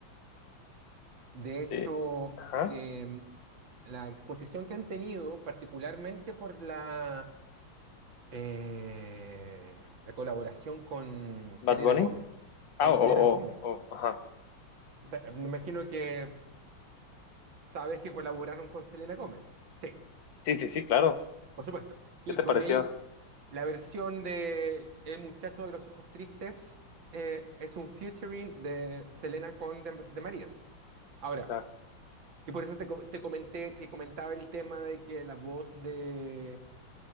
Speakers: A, on the right; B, on the left.
A: De
B: Sí.
A: hecho,
B: Ajá.
A: em, la exposición que han tenido, particularmente por la eh, la colaboración con Selena
B: Bad Bunny.
A: Gómez,
B: Ah,
A: con
B: oh,
A: Selena
B: oh,
A: Gómez.
B: oh, oh, ajá.
A: Da- Me imagino que sabes que colaboraron con Selena Gómez. Sí,
B: Sí, sí, sí, claro.
A: por supuesto. Y
B: ¿Qué te
A: con
B: pareció?
A: ella, la versión de El muchacho de los ojos tristes eh, es un featuring de Selena con de, de Marías. Ahora,
B: La,
A: y por eso te, co- te comenté, te comentaba el tema de que la voz de